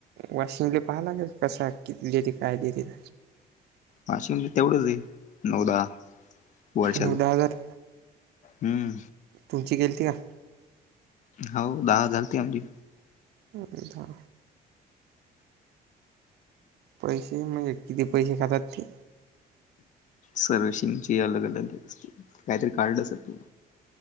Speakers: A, on the right; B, on the left.
A: वाशिंगले पाहालागे, कसा किती दिती काय दितील.
B: वाशी मध्ये तेवढंच हेय, नऊ -दहा वर्षाच.
A: नऊ दहा हजार
B: हम्म.
A: तुमची गेलीती का?
B: हाव, दहा झालती अंडी.
A: दहा. पैशे मणजे किती पैशे खातात ते?
B: सर्विसिंगची अलग- अलग असते, काहीतरी कार्ड असतं ते.